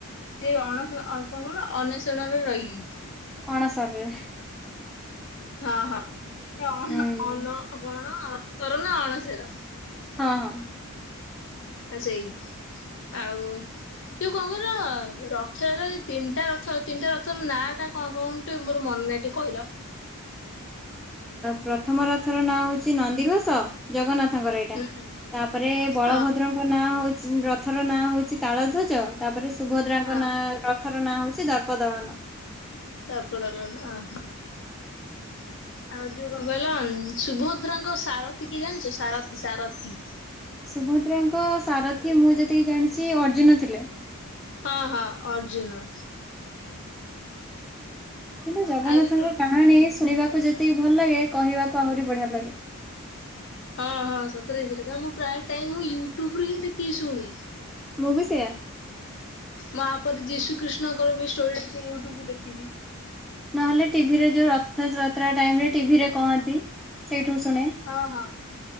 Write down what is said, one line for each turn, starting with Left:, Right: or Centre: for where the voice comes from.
Left: ସେ ଅଣସର ନା ଅନନ୍ଷଣରେ ରହିକି।
Centre: ଅଣସରରେ
Left: ହଁ ହଁ ସେ ଅଣ
Centre: ହୁଁ
Left: ଅନ କଣ ଅଣସର ନା ଅଣସର।
Centre: ହଁ ହଁ।
Left: ହଁ ସେଇ ଆଉ ଯଉ କଣ କହିଲ ରଥ ତିନିଟା ରଥ ତିନିଟା ରଥର ନାଁ ଟା କଁ କଣ ଟିକେ ମୋ ମନ ନାହିଁ ଟିକେ କହିଲ?
Centre: ପ୍ରଥମ ରଥର ନାଁ ହଉଛି ନନ୍ଦିଘୋଷ। ଜଗନ୍ନାଥଙ୍କର ଏଇଟା,
Left: ହୁଁ
Centre: ତାପରେ ବଳଭଦ୍ର
Left: ହଁ
Centre: ନାଁ ହଉ ରଥର ନାଁ ହଉଛି ତାଳ ଧ୍ୱଜ, ତାପରେ ସୁଭଦ୍ରାଙ୍କ
Left: ହଁ
Centre: ନାଁ ରଥ ର ନାଁ ହଉଛି ଦର୍ପଦଳନ।
Left: ତାପରେ ଅ ହ ଆଉ ଯୋଉ କହିଲ ସୁଭଦ୍ରାଙ୍କ ସାରଥିୀ କିଏ ଜାଣିଛ ସାରଥିୀ ସାରଥିୀ?
Centre: ସୁଭଦ୍ରାଙ୍କ ସାରଥିୀ ମୁଁ ଯେତିକି ଜାଣିଛି ଅର୍ଜୁନ ଥିଲେ।
Left: ହଁ ହଁ ଅର୍ଜୁନ।
Centre: କିନ୍ତୁ ଜଗନ୍ନାଥଙ୍କ
Left: ଆଉ ବି ତ
Centre: କାମ କାଣ ଟିକେ ଶୁଣିବାକୁ ଯେତିକି ଭଲ ଲାଗେ କହିବାକୁ ଆହୁରି ବଢିଆ ଲାଗେ।
Left: ହଁ ହଁ ସତରେ ଯେତ ମୁଁ ପ୍ରାୟ ଟାଇମ ମୁଁ ୟୁଟୁବ ରୁ ହିଁ ଦେଖିକି ଶୁଣି
Centre: ମୁଁ ବି ସେଆ।
Left: ମାପଦ ଯୀଶୁ କ୍ରୀଷ୍ଣଙ୍କର ବି ଷ୍ଟୋରି ଟିକ ୟୁଟ୍ୟୁବ ରୁ ଦେଖିବି।
Centre: ନହେଲେ ଟିଭିରେ ଯୋଉ ରଥଯାତ୍ରା ଟାଇମରେ ଟିଭିରେ କହନ୍ତି ସେଇଠୁ ଶୁଣେ।
Left: ହଁ ହଁ